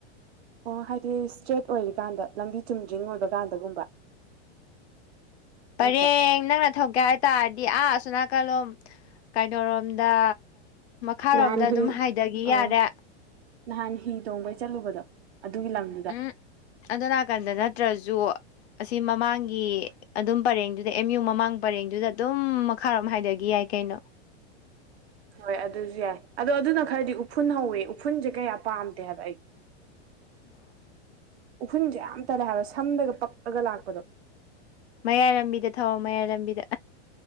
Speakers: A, on the right; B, on the left.
A: ꯑꯣ ꯍꯥꯏꯗꯤ ꯏꯁꯇ꯭ꯔꯦꯠ ꯑꯣꯏꯔꯤꯀꯥꯟꯗ ꯂꯝꯕꯤ ꯆꯨꯝꯗ꯭ꯔꯤꯡ ꯑꯣꯏꯕ ꯀꯥꯟꯗꯒꯨꯝꯕ
B: ꯐꯔꯦꯡ
A: ꯅꯠꯇ꯭ꯔꯣ
B: ꯅꯪꯅ ꯊꯧꯒꯦ ꯍꯥꯏ ꯇꯥꯔꯗꯤ ꯑꯥ ꯑꯁꯣ ꯅꯥꯀꯜꯂꯣꯝ ꯀꯩꯅꯣꯔꯣꯝꯗ ꯈꯥꯔꯣꯝꯗ
A: ꯅꯍꯥꯟ
B: ꯑꯗꯨꯝ
A: ꯍꯤ
B: ꯍꯥꯏꯊꯈꯤ
A: ꯑꯥ
B: ꯌꯥꯔꯦ
A: ꯅꯍꯥꯟ ꯍꯤ ꯇꯣꯡꯕꯩ ꯆꯠꯂꯨꯕꯗꯣ ꯑꯗꯨꯒꯤ ꯂꯪ
B: ꯎꯝ ꯑꯗꯣ ꯅꯥꯀꯟꯗ ꯅꯠꯇ꯭ꯔꯁꯨ ꯑꯁꯤ ꯃꯃꯥꯡꯒꯤ ꯑꯗꯨꯝ ꯄꯔꯦꯡꯗꯨꯗ ꯑꯦꯝ ꯌꯨ ꯃꯃꯥꯡ ꯄꯔꯦꯡꯗꯨꯗ ꯑꯗꯨꯝ ꯃꯈꯥꯔꯣꯝ ꯍꯥꯏꯗꯒꯤ ꯌꯥꯏ ꯀꯩꯅꯣ
A: ꯍꯣꯏ ꯑꯗꯨꯖꯨ ꯌꯥꯏ ꯑꯗꯣ ꯑꯗꯨꯅ ꯈꯔꯗꯤ ꯎꯐꯨꯟ ꯍꯧꯋꯦ ꯎꯐꯨꯟꯖꯦ ꯀꯌꯥ ꯄꯥꯝꯗꯦ ꯍꯥꯏꯕ ꯑꯩ ꯎꯐꯨꯟꯖꯦ ꯌꯥꯝ ꯇꯜꯂꯦ ꯍꯥꯏꯕ ꯁꯝꯗꯒ ꯄꯛꯑꯒ ꯂꯥꯛꯄꯗꯣ
B: ꯃꯌꯥꯏ ꯂꯝꯕꯤꯗ ꯊꯧꯋꯣ ꯃꯌꯥꯏ ꯂꯝꯕꯤꯗ